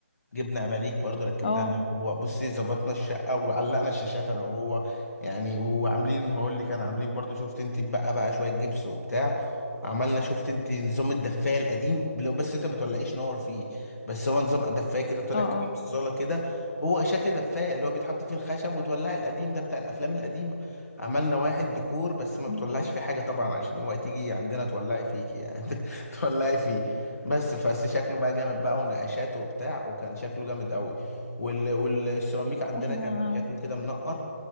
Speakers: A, on the left; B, on the left.
A: جبنا اباليك برضو ركبناها
B: اه
A: انا وهو بصي ظبطنا الشقه وعلقنا الشاشات انا وهو يعني وعاملين هقول اللي كان عاملين برضو شفت انت بقى بقى شويه جبس وبتاع عملنا شفت انت نظام الدفايه القديم اللي هو بس انت ما بتولعيش نار فيه بس هو نظام دفايه كده طلع
B: اه
A: كده
B: اه
A: من الصاله كده هو شكل دفايه اللي هو بيتحط فيه الخشب وتولعي القديم ده بتاع الافلام القديمه عملنا واحد ديكور بس ما
B: مم.
A: بتولعش فيه حاجه طبعا عشان هو تيجي عندنا تولعي فيكي يعني <laughs> تولعي فيه بس بس شكله بقى جامد بقى ونقشاته وبتاع وكان شكله جامد قوي وال... والسيراميك عندنا
B: احنا
A: كان شكله كده منقر